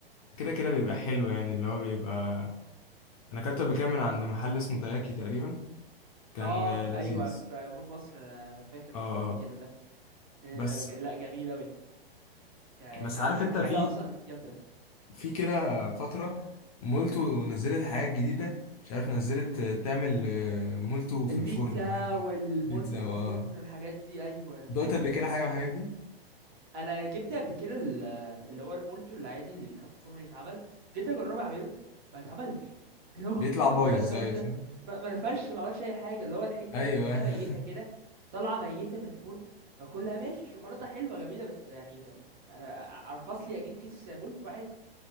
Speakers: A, on the left; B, on the right.
A: كده كده بيبقى حلو يعني اللي هو بيبقى انا اكلته قبل كده من عند محل اسمه تاياكي تقريبا كان
B: اه
A: آه، لذيذ
B: أيوه في مول مصر أنا فاكر
A: اه
B: رحته
A: اه
B: قبل كده ده آه،
A: بس
B: ج- لا جميل أوي ك...
A: بس عارف انت
B: كحاجة
A: في
B: أصلا جامدة
A: في كده فتره مولتو نزلت حاجات جديده مش عارف نزلت آه، تعمل آه، مولتو في
B: البيتزا
A: الفرن او حاجه كده
B: والمولتو
A: بيتزا اه
B: في الفرن والحاجات دي أيوه أنا
A: دوقت
B: فاكر
A: قبل كده حاجه من الحاجات دي
B: انا جبت قبل كده ال- اللي هو المولتو العادي اللي بيتحط في الفرن يتعمل جيت اجرب اعمله ما اتعملش اللي هو
A: بيطلع
B: <laughs>
A: بايظ
B: ما انا ما
A: ايوه صح
B: ما ما نفش ما عملش اي حاجه اللي هو الحته
A: ايوه
B: كده تحسها
A: أيوة.
B: ميته
A: <laughs>
B: كده طالعه ميته من الفرن ما كلها ماشي الشوكولاته حلوه جميله بس يعني تم- انا ارخص لي اجيب كيس مولتو عادي